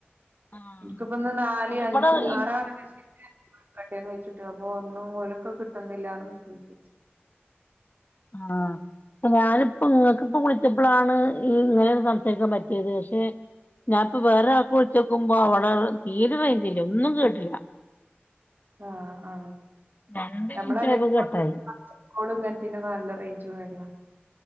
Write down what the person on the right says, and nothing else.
എനിക്കിപ്പോ ഒന്ന് നാല്
അഞ്ച്
ആറാണ് മെസ്സ <inaudible> കട്ടിയന്ന് വെച്ചിട്ട് അപ്പൊ ഒന്നും ഒലക്ക കിട്ടുന്നില്ലന്ന് വിശിച്ച
ആഹ ആ
നമ്മളല്ലെ
ഇങ്ങനക്കെ
നല്ല റേഞ്ച <unintelligible> <inaudible> അ